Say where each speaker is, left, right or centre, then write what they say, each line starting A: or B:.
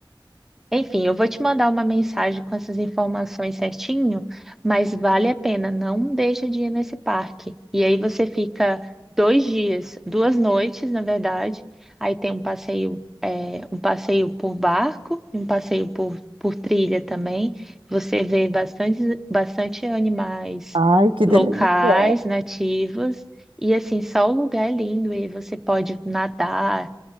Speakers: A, in the centre; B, on the right (about 85°).
A: enfim, eu vou te mandar uma mensagem com essas informações certinho, mas vale a pena, não deixa de ir nesse parque. E aí você fica dois dias, duas noites, na verdade. Aí tem um passeio, é, um passeio por barco e um passeio por, por trilha também. Você vê bastante, bastante animais
B: Ai, que delícia.
A: locais, nativos, e assim, só o lugar é lindo, e aí você pode nadar.